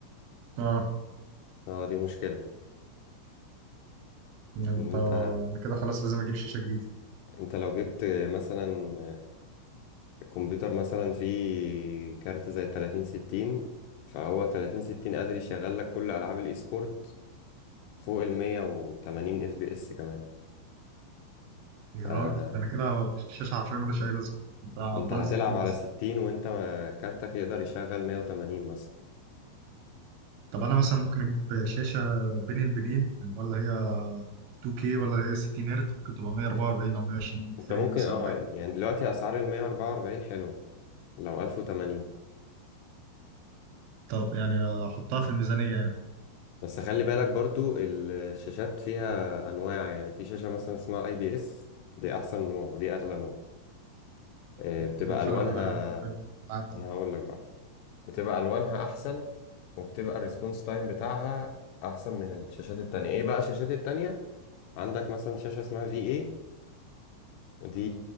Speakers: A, on the right; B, on the left.
A: اه
B: اه دي مشكلة
A: يعني انت
B: ان انت
A: انا كده خلاص لازم اجيب شاشه جديده
B: انت لو جبت مثلا كمبيوتر مثلا فيه كارت زي 30 60 فهو 30 60 قادر يشغل لك كل العاب الاي سبورت فوق ال 180 اف بي اس كمان
A: يا
B: فانت
A: راجل ده انا كده الشاشه حرفيا مالهاش اي لازمه انت عضلي
B: هتلعب
A: 60
B: على
A: بس
B: 60 وانت كارتك يقدر يشغل 180 مثلا
A: طب انا مثلا ممكن اجيب شاشه بين البنين يعني ولا هي 2K ولا هي 60 هرت ممكن تبقى 144 او 120
B: انت
A: فريم
B: ممكن
A: مثلا
B: اه
A: او حاجه
B: يعني دلوقتي اسعار ال 144 حلوة لو 1080
A: طب يعني احطها في الميزانيه يعني
B: بس خلي بالك برضو الشاشات فيها انواع يعني في شاشة مثلا اسمها اي بي اس دي احسن نوع ودي اغلى نوع آه، بتبقى
A: ده إيه الفرق
B: الوانها
A: ما بينها وبين اللي عندي
B: انا هقول لك بقى بتبقى الوانها احسن وبتبقى الريسبونس تايم بتاعها احسن من الشاشات التانية ايه بقى الشاشات التانية عندك مثلا شاشة اسمها في اي دي